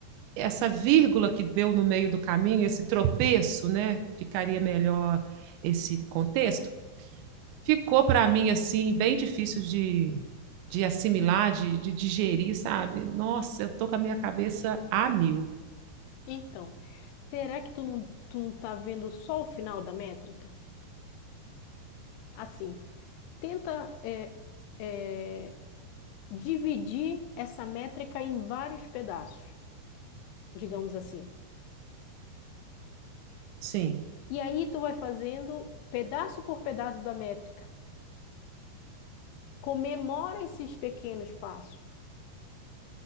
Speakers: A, on the right; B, on the left.
A: essa vírgula que deu no meio do caminho, esse tropeço, né? Ficaria melhor esse contexto. Ficou para mim assim bem difícil de, de assimilar, de, de digerir, sabe? Nossa, eu tô com a minha cabeça a mil.
B: Então, será que tu não, tu não tá vendo só o final da métrica? Assim, tenta é, é, dividir essa métrica em vários pedaços, digamos assim.
A: Sim,
B: E aí tu vai fazendo pedaço por pedaço da métrica. Comemora esses pequenos passos.